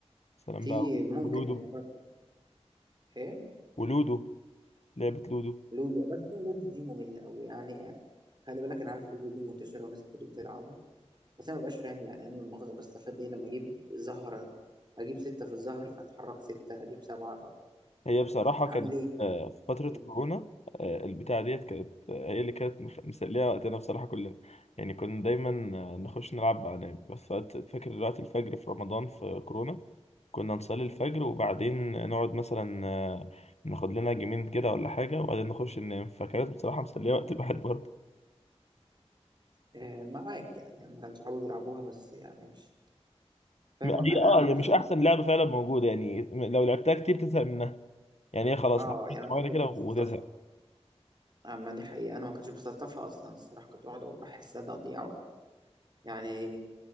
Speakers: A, on the left; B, on the right.
A: سلام
B: دي
A: بقى
B: ممكن
A: ولودو
B: اجرب ايه
A: ولودو لعبه لودو
B: لودو بس انا لودو دي ممله قوي يعني آه، خلي بالك انا عارف لودو دي منتشره وناس كتير بتلعبها بس انا مبقاش فاهم يعني انا المؤاخذه بستفاد ايه لما اجيب زهره اجيب سته في الزهر فاتحرك سته اجيب سبعه
A: هي بصراحة
B: فاعمل
A: كانت آه، في
B: ايه
A: فترة كورونا آه، البتاعة ديت كانت آه، هي اللي كانت مخ- مسلية وقتنا بصراحة كلنا يعني كنا دايما آه، نخش نلعب بقى نايم بس وقت- فاكر وقت الفجر في رمضان في كورونا كنا نصلي الفجر وبعدين نقعد مثلا آه، ناخد لنا جيمين كده ولا حاجة وبعدين نخش ننام فكانت بصراحة مسلية وقت الواحد برضه
B: آه، معاك يعني انا كان صحابي بيلعبوها بس يعني مش فاهم
A: م- هي
B: انا
A: اه
B: عن
A: هي
B: نفسي
A: مش
B: ما
A: أحسن
B: كنت
A: لعبة فعلا موجودة يعني لو لعبتها كتير تزهق منها يعني هي خلاص
B: اه
A: لحد
B: يعني انا
A: شوية
B: ما
A: كده
B: كنتش
A: وتزهق
B: بستلطفها آه، ما دي حقيقه انا ما كنتش بستلطفها اصلا الصراحه كنت بقعد بحسها تقطيع وقت يعني